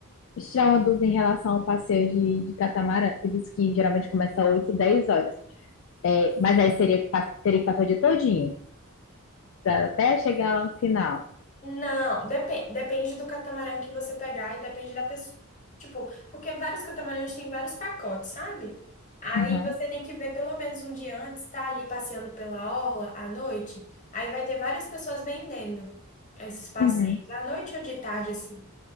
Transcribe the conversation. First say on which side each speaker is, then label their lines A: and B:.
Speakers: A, on the left (about 60°); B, on the left (about 35°).
A: tirar uma dúvida em relação ao passeio de, de catamarã. Tu disse que geralmente começa 8, 10 horas. É, mas aí seria que pa- teria que passar o dia todinho, pra até chegar lá no final.
B: Não, depen- depende do catamarã que você pegar e depende da pessoa. Tipo, porque vários catamarãs têm vários pacotes, sabe? Aí
A: Uhum.
B: você tem que ver pelo menos um dia antes, tá ali passeando pela orla à noite. Aí vai ter várias pessoas vendendo esses passeios,
A: Uhum.
B: à noite ou de tarde, assim.